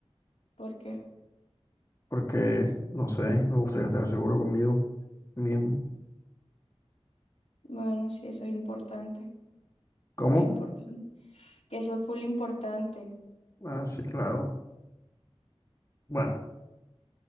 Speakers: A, on the left; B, on the left.
A: ¿Por qué?
B: porque, no sé, me gustaría estar seguro conmigo mismo.
A: Bueno, sí, eso es importante.
B: ¿Cómo?
A: Full importante. Que eso es full importante.
B: Ah, sí, claro. Bueno,